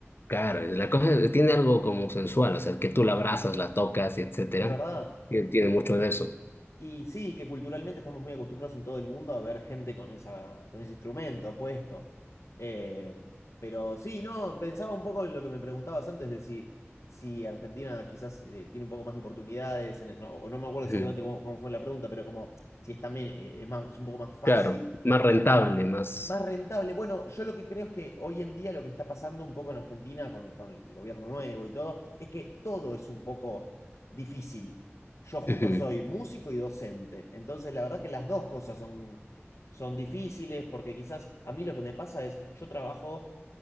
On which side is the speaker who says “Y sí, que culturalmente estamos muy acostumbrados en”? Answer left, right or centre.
Left